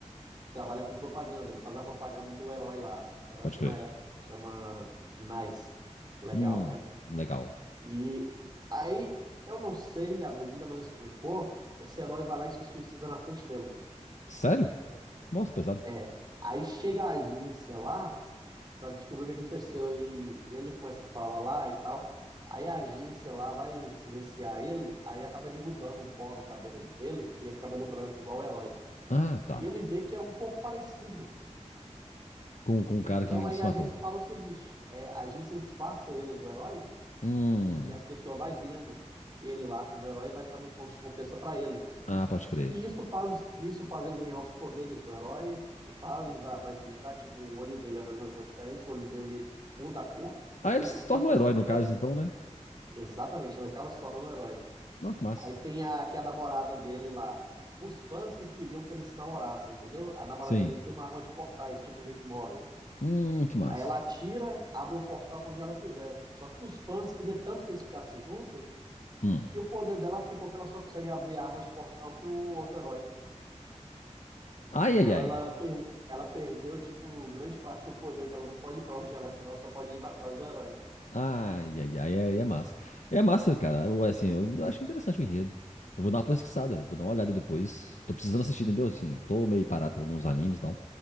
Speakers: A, on the right; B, on the left.
A: trabalha com propaganda. Ele faz a propaganda do herói lá. O herói
B: Pode
A: chama,
B: crer.
A: é, chama Nice. Legal,
B: Hum,
A: né?
B: legal.
A: E aí, eu não sei, ainda não explicou. Esse herói vai lá e se suicida na frente dele.
B: Sério? Nossa, que pesado.
A: É. Aí chega a agência lá pra descobrir o que aconteceu e, e ele começa a falar lá e tal. Aí a agência lá vai silenciar ele, aí acaba derrubando um pó no cabelo dele, que fica cabelo branco, igual o herói.
B: Ah, tá.
A: E ele vê que é um pouco parecido.
B: Com, com um
A: Então
B: cara que
A: aí
B: se
A: a
B: matou.
A: agência fala o seguinte: é, a agência disfarça ele do herói
B: Hum.
A: e as pessoas vai vendo ele lá como herói e vai dando pontos de confiança pra ele.
B: Ah, pode crer.
A: E isso faz, isso faz ele ganhar os poderes do herói e faz a aparência dele mudar. Tipo, o olho dele era de uma cor diferente, o olho dele muda a cor,
B: Ah,
A: entendeu?
B: ele se
A: O que
B: torna
A: a pessoa
B: um herói no
A: quer
B: caso,
A: tem.
B: então, né?
A: Exatamente, ela acaba se tornando um herói.
B: Não, que massa.
A: Aí tem a, que é a namorada dele lá. Os fãs que queriam que ele se namorasse, entendeu? A namorada
B: Sim.
A: dele tem uma arma de portais, tipo o Rick Mori.
B: Hum, que massa.
A: Aí ela atira, abre um portal pra onde ela quiser. Só que os fãs queriam tanto que eles ficassem junto
B: Hum.
A: que o poder dela ficou que ela só consegue abrir a arma de portal pro outro herói.
B: Ai,
A: Então
B: ai, ai.
A: ela, per- ela perdeu, tipo, grande parte do poder, que ela não pode ir pra onde ela quer, ela só pode ir pra trás do herói.
B: Ai, ai, ai, ai, é massa. É massa, cara. Eu, assim, eu acho interessante o enredo. Eu vou dar uma pesquisada, vou dar uma olhada depois. Tô precisando assistir, entendeu? Assim, eu tô meio parado com alguns animes e tal.